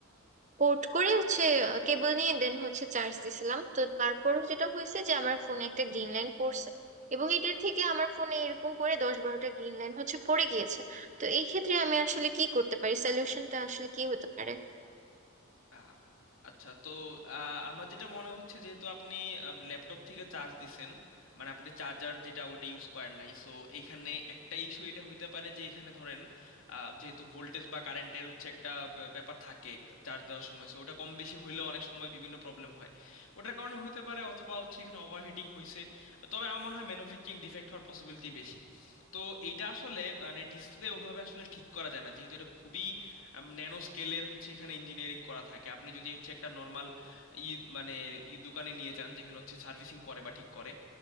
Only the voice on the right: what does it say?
পোর্ট করে হচ্ছে কেবল নিয়ে দেন হচ্ছে চার্জ দিছিলাম তো তারপর যেটা হয়েছে যে আমার ফোনে একটা গ্রিন লাইন পড়ছে এবং এটার থেকে আমার ফোনে এরকম করে দশ বারোটা গ্রিন লাইন হচ্ছে পড়ে গিয়েছে তো এই ক্ষেত্রে আমি আসলে কি করতে পারি সলিউশনটা আসলে কি হতে পারে